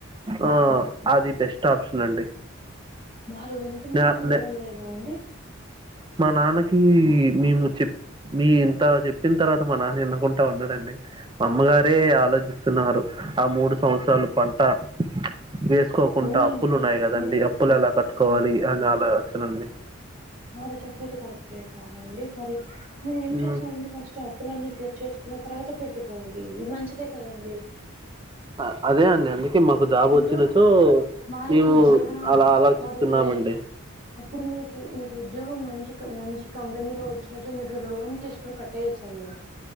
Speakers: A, on the right (about 20°); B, on the right (about 40°).
A: ఆ అది బెస్ట్ ఆప్షన్ అండి
B: వారు వింటున్నారా
A: నా
B: వినడం
A: నే
B: లేదా అండి
A: మా నాన్నకి మేము చెప్ మీ ఇంత చెప్పిన తర్వాత మా నాన్న వినకుంటా ఉండడండి అమ్మగారే ఆలోచిస్తున్నారు ఆ మూడు సంవత్సరాలు పంట వే సుకోకుండా
B: అవునండి.
A: అప్పులు ఉన్నాయి కదండి
B: మీరు
A: అప్పులు ఎలా కట్టుకోవాలి
B: మీ
A: అని ఆలోచన అండి
B: వారు చెప్పేది కరెక్టే కాదండి మరి నేను ఏం
A: హ్మ్.
B: చేస్తానంటే ఫస్ట్టాప్ అప్పు లన్నీ తీర్చేసుకున్న తర్వాత పెట్టుకోండి ఇది మంచిదే కదండి
A: ఆ అదే అండి అందుకే మకు జాబ్
B: ఇంకా
A: వచ్చిన చో
B: వారికి
A: మేము
B: జీవనం
A: అలా ఆలోచిస్తున్నామండి
B: వారికి అప్పుడు మీకు మీకు ఉద్యోగం మంచి మంచి కంపెనీ లో వచ్చిన చో మీరు లోన్ తీసుకుని కట్టేయచ్చు అండి